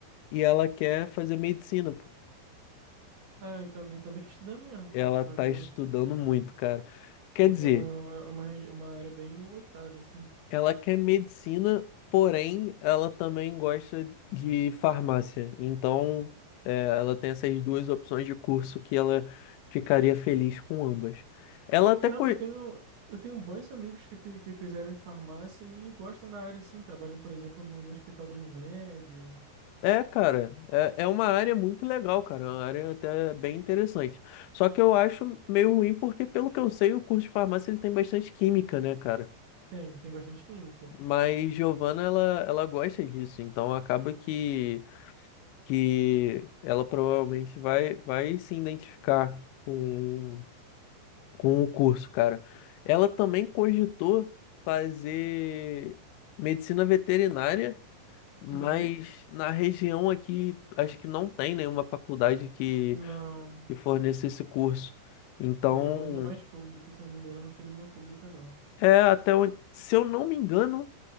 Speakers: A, on the left; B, on the right.
A: e ela quer fazer medicina, pô.
B: Ah, então, então tem que estudar mesmo,
A: Ela
B: cara, porque,
A: tá estudando muito, cara. Quer
B: porque
A: dizer,
B: é uma, é uma, é uma área bem lotada, assim.
A: ela quer medicina, porém, ela também gosta de farmácia. Então, é, ela tem essas duas opções de curso que ela ficaria feliz com ambas. Ela até
B: Caramba,
A: co-
B: eu tenho, eu tenho bons amigos que, fi- que fizeram em farmácia e gostam da área, assim. Trabalham, por exemplo, no, no hospital da Unimed.
A: É, cara, é, é uma área muito legal, cara, é uma área até bem interessante. Só que eu acho meio ruim porque, pelo que eu sei, o curso de farmácia ele tem bastante química, né, cara?
B: Tem, tem bastante química.
A: Mas Giovana, ela, ela gosta disso, então acaba que, que ela provavelmente vai, vai se identificar com, com o curso, cara. Ela também cogitou fazer medicina veterinária Mas
B: Uhum.
A: na região aqui, acho que não tem nenhuma faculdade que,
B: Não,
A: que forneça esse curso. Então,
B: não, ainda mais pública, se eu não me engano, não tem nenhuma pública, não.
A: é até onde, se eu não me engano,